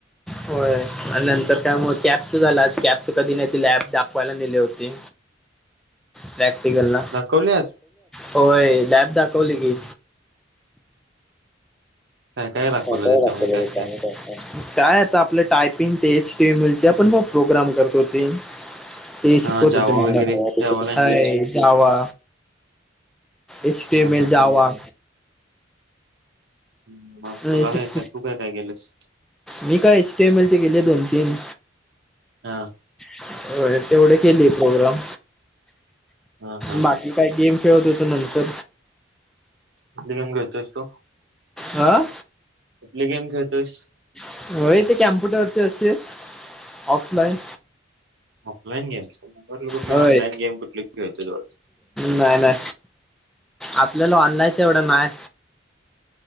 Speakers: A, in the centre; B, on the right.
A: होय आणि नंतर काय म कॅपच झाला आज कॅप च कधीण्याची लॅब दाखवायला नेले होती प्रॅक्टिकल ना
B: दाखवले आज
A: होय लॅब दाखवली की
B: काय काय दाखवलं
A: ह च
B: त्याच्यामध्ये
A: ला
B: काय काय
A: काय आता आपलं टायपिंग ते एच टीव्ही मुलची आपण म प्रोग्राम करतोती ते
B: हा
A: शिकवत
B: जावा
A: होते
B: वगैरे जावा लँग्वेज
A: जावा एसटएम
B: हा हा
A: जावा
B: हा मग
A: अिक
B: तुला काय काय तू काय काय केलंस
A: मी का एचटीएम एल चे गेले दोन तीन
B: हा
A: हो तेवढे केली प्रोग्राम
B: हा हा
A: बाकी
B: हा
A: काय गेम खेळ देतो नंतर
B: कुठली गेम खेळतोयस तू
A: आा
B: प गेम खेळतोस
A: होय ते कॅम्प्युटरचे असते ऑफलाईन
B: ऑफलाईन गेम म्हटलं कुठली
A: हो
B: ऑनलाईन गेम कुठली खेळतोय वाटतं.
A: नाही ना आपल्याला ऑनलाईच एवढं नाहीय